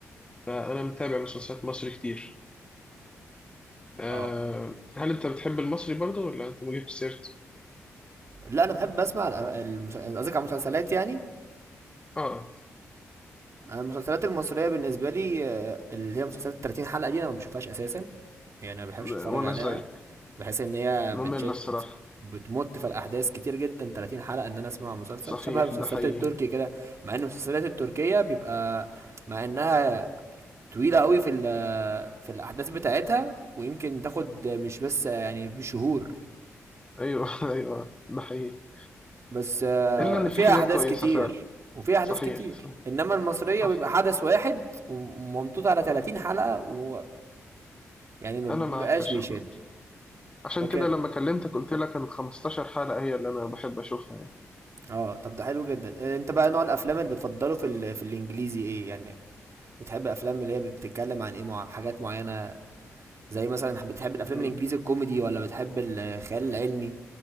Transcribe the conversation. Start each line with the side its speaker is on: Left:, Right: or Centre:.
Left: فانا متابع مسلسلات مصري كتير آه،
Right: اه
Left: هل انت بتحب المصري برضه ولا انت مجيب سيرت
Right: لا انا بحب اسمع الأ- المس- قصدك على المسلسلات يعني
Left: اه
Right: انا المسلسلات المصريه بالنسبه لي آه، اللي هي مسلسلات 30 حلقه دي انا ما بشوفهاش اساسا يعني ما بحبش
Left: وانا
Right: اتفرج عليها
Left: زيك
Right: بحس ان هي
Left: مملة
Right: بتشد
Left: الصراحة
Right: بتمط في الاحداث كتير جدا 30 حلقه ان انا اسمع مسلسل
Left: صحيح
Right: شبه المسلسلات
Left: ده حقيقي
Right: التركي كده مع ان المسلسلات التركيه بيبقى مع انها طويله قوي في ال- في الاحداث بتاعتها ويمكن تاخد مش بس يعني بشهور
Left: أيوه <laughs> أيوه ده حقيقي
Right: بس آه،
Left: إلا إن
Right: فيها
Left: في حاجات
Right: احداث
Left: كويسة
Right: كتير
Left: فعلا
Right: وفيها احداث
Left: صحيح
Right: كتير
Left: صحيح
Right: انما المصريه
Left: صح
Right: بيبقى حدث واحد وممطوط على 30 حلقه و يعني ما بيبقاش
Left: أنا معاك عشان
Right: بيشد
Left: عشان
Right: لكن
Left: كده لما كلمتك قلت لك إن 15 حلقة هي اللي أنا بحب أشوفها يعني
Right: اه طب ده حلو جدا آه، انت بقى نوع الافلام اللي بتفضله في ال... في الانجليزي ايه يعني بتحب افلام اللي هي بتتكلم عن ايه مع حاجات معينه زي مثلا بتحب الافلام
Left: أمم.
Right: الانجليزي الكوميدي ولا بتحب الخيال العلمي